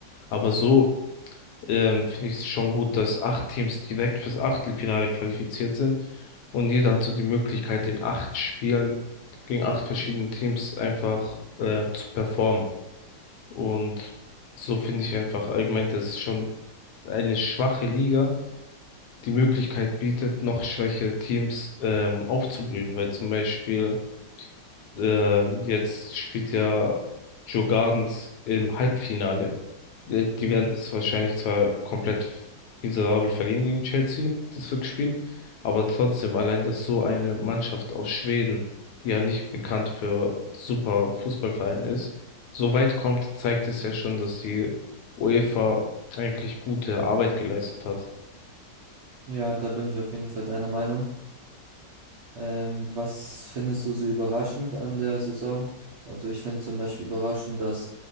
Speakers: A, on the left; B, on the right.
A: Aber so ähm, finde ich es schon gut, dass acht Teams direkt fürs Achtelfinale qualifiziert sind und jeder hat so die Möglichkeit, in acht Spielen gegen acht verschiedene Teams einfach ähm, zu performen. Und so finde ich einfach allgemein, dass schon eine schwache Liga die Möglichkeit bietet, noch schwächere Teams ähm, aufzublühen, weil zum Beispiel äh, jetzt spielt ja Joe Gardens im Halbfinale. Äh,
B: mhm.
A: Die werden das wahrscheinlich zwar komplett miserabel verlieren gegen Chelsea, das Rückspiel, aber trotzdem allein, dass so eine Mannschaft aus Schweden, die ja nicht bekannt für super Fußballverein ist, so weit kommt, zeigt es ja schon, dass die UEFA eigentlich gute Arbeit geleistet hat.
B: Ja, da bin ich auf jeden Fall deiner Meinung. Ähm, was findest du so überraschend an der Saison? Also ich finde zum Beispiel überraschend, dass